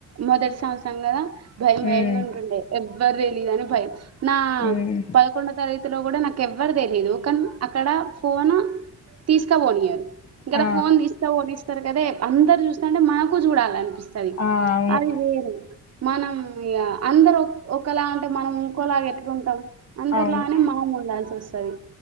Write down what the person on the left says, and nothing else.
ఉమ్
ఉమ్
ఆ
ఆ అవును
అవును